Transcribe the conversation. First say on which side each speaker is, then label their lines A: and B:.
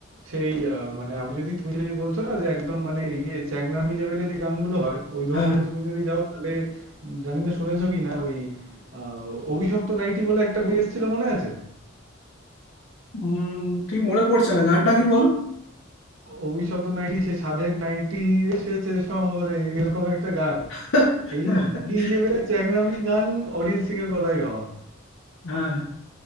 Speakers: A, on the right; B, on the left.
A: সেই আহ, মানে আমি যদি তুমি যদি বলছো না যে একদম মানে ইয়ে চ্যাংরামি লেভেলের যে গানগুলো হয় ওই ধরনের
B: হ্যাঁ
A: তুমি যদি যাও তাহলে উম, জানি না শুনেছো কি না ওই আহ, অভিশপ্ত নাইটি বলে একটা বই এসেছিল মনে আছে
B: উম, ঠিক মনে পড়ছে না গানটা কি বলো
A: অভিশপ্ত নাইটি সে সাধের নাইটি এসেছে শহরে এরকম একটা গান
B: <laughs>
A: এই এই লেভেলের চ্যাংরামি গান অরিজিৎ সিং এর গলায় গাওয়া
B: হ্যাঁ